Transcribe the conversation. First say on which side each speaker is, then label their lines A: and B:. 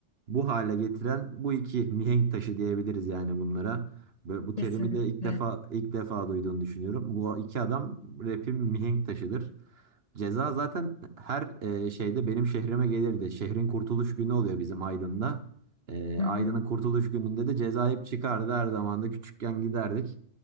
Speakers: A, on the right; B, on the left.
A: bu hale getiren bu iki mihenk taşı diyebiliriz yani bunlara. Ve Bu terimi
B: Kesinlikle.
A: de ilk defa ilk defa duyduğunu düşünüyorum. Bu iki adam rap'in mihenk taşıdır. Ceza zaten her e, şeyde benim şehrime gelirdi. Şehrin kurtuluş günü oluyor bizim Aydın'da. E,
B: Hı
A: Aydın'ın
B: hı.
A: kurtuluş gününde de Ceza hep çıkardı her zaman da küçükken giderdik.